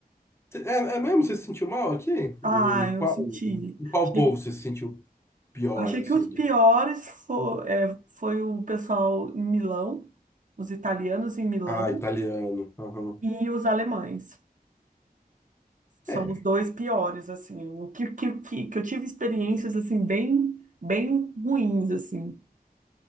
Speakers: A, on the left; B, on the right.
A: Cê- É, é mesmo? Você se sentiu mal aqui?
B: Ah,
A: Em
B: eu
A: qual,
B: senti.
A: em qual
B: Achei,
A: povo você se sentiu pior,
B: achei
A: assim?
B: que os piores
A: de-
B: foi, foi o pessoal em Milão, os italianos em Milão
A: Ah, italiano. aham.
B: e os alemães. São
A: É.
B: os dois piores, assim. O que, que, que, que eu tive experiências, assim, bem, bem ruins, assim. O